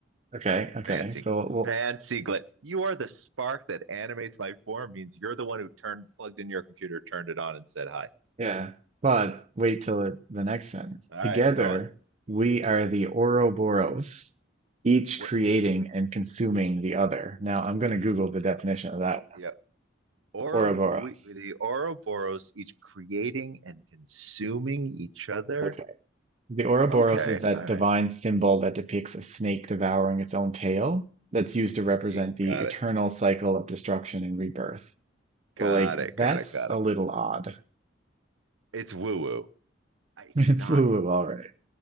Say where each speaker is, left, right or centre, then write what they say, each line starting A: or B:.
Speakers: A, on the right; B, on the right.
A: Okay. Okay.
B: Fancy,
A: So, well,
B: fancy glaze. You are the spark that animates my form. Means you're the one who turned, plugged in your computer, turned it on, and said hi.
A: Yeah, but wait till it, the next sentence.
B: All right,
A: Together,
B: go on.
A: we are the Ouroboros, each
B: What?
A: creating and consuming the other. Now, I'm going to Google the definition
B: Uh,
A: of that.
B: yeah. Oro,
A: Ouroboros.
B: we, the Ouroboros each creating and consuming each other.
A: Okay. The Ouroboros
B: Okay,
A: is that
B: all
A: divine
B: right.
A: symbol that depicts a snake devouring its own tail that's used to represent
B: You
A: the
B: got
A: eternal
B: it.
A: cycle of destruction and rebirth.
B: Got
A: So, like,
B: it.
A: that's
B: Got it. Got
A: a
B: it.
A: little
B: Got it.
A: odd.
B: It's woo woo. It's
A: <laughs> It's
B: not.
A: woo-woo, all right.